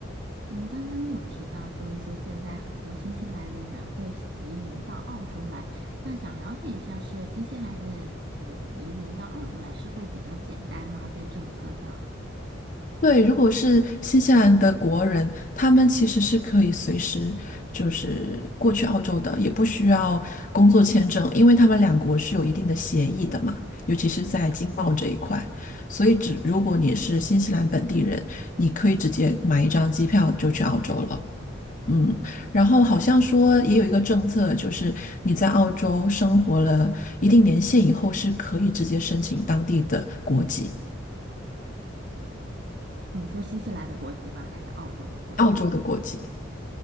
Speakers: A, on the right (about 55°); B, on the left (about 40°).
A: 嗯，刚刚你有提到，就是说现在很多新西兰的人会西移民到澳洲来，那想了解一下，是新西兰的人移民到澳洲来是会比较简单吗？在政策上？
B: 对，如果是新西兰的国人，他们其实是可以随时就是过去澳洲的，也不需要工作签证，因为他们两国是有一定的协议的嘛，尤其是在经贸这一块。所以只，如果你是新西兰本地人，你可以直接买一张机票就去澳洲了。嗯，然后好像说也有一个政策，就是你在澳洲生活了一定年限以后，是可以直接申请当地的国籍，
A: 你说新西兰的国籍吗？还是澳洲的国籍？
B: 澳洲的国籍。